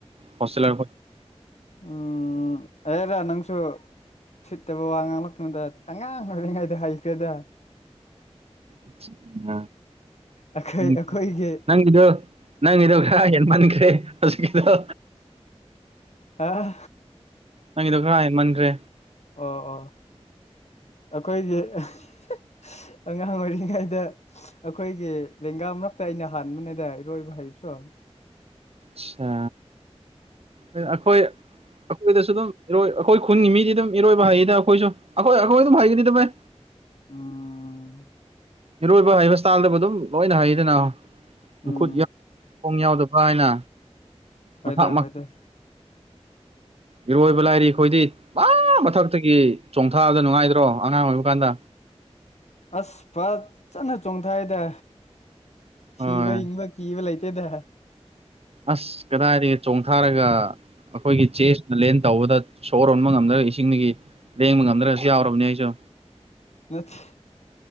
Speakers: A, on the right (about 60°); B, on the left (about 75°).
A: ꯍꯣꯁꯇꯦꯂꯔ
B: ꯎꯝ ꯑꯦꯔꯥ ꯅꯪꯁꯨ ꯁꯤꯠꯇꯕ ꯋꯥ ꯉꯥꯡꯂꯛꯄꯨꯗ ꯑꯉꯥꯡ ꯑꯣꯏꯔꯤꯉꯩꯗ ꯍꯩꯈ꯭ꯔꯦꯗ
A: <unintelligible>
B: ꯑꯩꯈꯣꯏ
A: ꯎꯝ
B: ꯑꯩꯈꯣꯏꯒꯤ
A: ꯅꯪ ꯁꯤꯗꯣ ꯅꯪ ꯏꯗꯣ ꯈꯔ ꯍꯦꯟ ꯃꯟꯈ꯭ꯔꯦ ꯍꯧꯖꯤꯛꯀꯤꯗꯣ
B: ꯑꯥ
A: ꯅꯪꯒꯤꯗꯣ ꯈꯔ ꯍꯦꯟꯃꯟꯈ꯭ꯔꯦ
B: ꯑꯣ ꯑꯣ ꯑꯈꯣꯏꯗꯤ <unintelligible> ꯑꯉꯥꯡ ꯑꯣꯏꯔꯤꯉꯩꯗ ꯑꯈꯣꯏꯒꯤ ꯂꯦꯡꯒꯥ ꯃꯔꯛꯇ ꯑꯩꯅ ꯍꯥꯟꯕꯅꯦꯗ ꯏꯔꯣꯏꯕ ꯍꯩꯕꯁꯨ
A: ꯆꯥ ꯑꯩ ꯑꯩꯈꯣꯏ ꯑꯩꯈꯣꯏꯗꯁꯨ ꯑꯗꯨꯝ ꯏꯔꯣꯢ ꯑꯩꯈꯣꯏ ꯈꯨꯟꯒꯤ ꯃꯤꯗꯤ ꯑꯗꯨꯝ ꯏꯔꯣꯏꯕ ꯍꯩꯌꯦꯗ ꯑꯩꯈꯣꯏꯁꯨ ꯑꯩꯈꯣꯏ ꯑꯩꯈꯣꯏ ꯑꯗꯨꯝ ꯍꯩꯒꯅꯤꯗ ꯚꯩ꯫
B: ꯎꯝ꯫
A: ꯏꯔꯣꯏꯕ ꯍꯩꯕ ꯁ꯭ꯇꯥꯏꯜꯗꯕꯨ ꯑꯗꯨꯝ ꯂꯣꯏꯅ ꯍꯩꯗꯅ ꯃꯈꯨꯠ
B: ꯎꯝ
A: ꯌꯥ꯫ ꯈꯣꯡ ꯌꯥꯎꯗꯕ ꯀꯥꯏꯅ
B: ꯍꯣꯏꯗ
A: ꯃꯊꯥꯛ꯫
B: ꯍꯣꯏꯗ <unintelligible>
A: ꯏꯔꯣꯏꯕ ꯂꯥꯏꯔꯤ ꯈꯣꯏꯗꯤ꯫ ꯃꯥ ꯃꯊꯛꯇꯒꯤ ꯆꯣꯡꯊꯥꯕꯗ ꯅꯨꯡꯉꯥꯏꯗ꯭ꯔꯣ ꯑꯉꯥꯡ ꯑꯣꯏꯕ ꯀꯥꯟꯗ꯫
B: ꯑꯁ ꯐꯠꯖꯅ ꯆꯣꯡꯊꯥꯏꯗ
A: ꯍꯣꯏ
B: ꯍꯤꯕ ꯍꯤꯡꯕ꯫ ꯀꯤꯕ ꯂꯩꯇꯦꯗ꯫
A: ꯑꯁ ꯀꯗꯥꯏꯗꯒꯤ ꯆꯣꯡꯊꯥꯔꯒ꯫ ꯑꯈꯣꯏꯒꯤ ꯆꯦꯁꯅ ꯂꯦꯟ ꯇꯧꯕꯗ ꯁꯣꯔ ꯍꯣꯟꯕ ꯉꯝꯗ꯭ꯔꯒ ꯏꯁꯤꯡꯗꯒꯤ꯫ ꯂꯦꯡꯕ ꯉꯝꯗ꯭ꯔꯁꯨ ꯌꯥꯎꯔꯕꯅꯦ ꯑꯩꯁꯨ꯫
B: ꯅꯠꯇꯦ